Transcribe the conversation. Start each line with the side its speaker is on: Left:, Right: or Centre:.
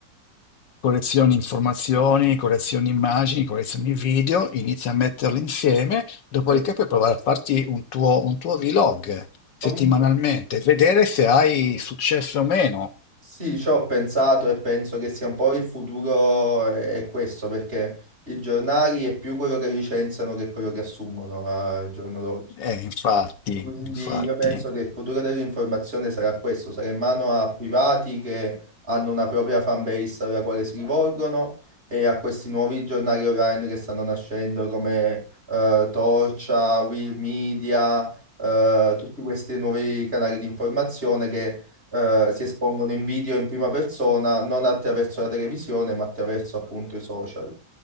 Left: Collezioni informazioni, collezioni immagini, collezioni video, inizia a metterli insieme, dopodiché
Right: Eh,
Left: puoi provare a farti un tuo, un tuo vlog settimanalmente,
Right: Comunque
Left: vedere se hai successo o meno.
Right: sì, ci ho pensato e penso che sia un po' il futuro è, è questo, perché i giornali è più quello che licenziano che quello che assumono al giorno d'oggi.
Left: Eh, infatti,
Right: Quindi
Left: infatti.
Right: io penso che il futuro dell'informazione sarà questo, sarà in mano a privati che hanno una propria fanbase alla quale si rivolgono e a questi nuovi giornali online che stanno nascendo come eh, Torcia, Will Media, eh, tutti questi nuovi canali di informazione che eh, si espongono in video in prima persona, non attraverso la televisione, ma attraverso appunto i social.